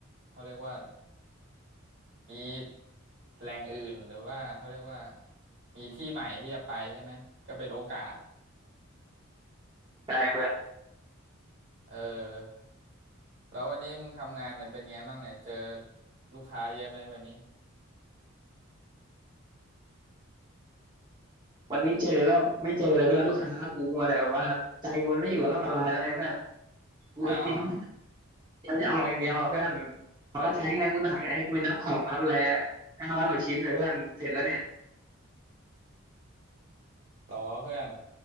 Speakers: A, on the right; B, on the right.
A: เขาเรียกว่า มีแหล่งอื่นหรือว่าเขาเรียกว่ามีที่ใหม่ที่จะไปใช่ไหมก็เป็นโอกาส
B: ใช่เพื่อน
A: เออแล้ววันนี้มึงทำงานเนี่ยเป็นไงบ้างเนี่ยเจอลูกค้าเยอะไหมวันนี้
B: วันนี้เจอก็ไม่เจอเลยเพื่อนลูกค้ากูอะไรแบบว่าใจกูไม่อยู่กับร่องกับรอยแล้วไงเพื่อนกูก็เตรียม
A: อ้าว
B: เตรียมจะออกอย่างเดียวอะเพื่อนเขาก็ใช้งานกูหนักไงให้กูนับของนับอะไรห้าร้อยกว่าชิ้นเนี่ยเพื่อนเสร็จแล้วเนี่ย
A: เหรอวะเพื่อน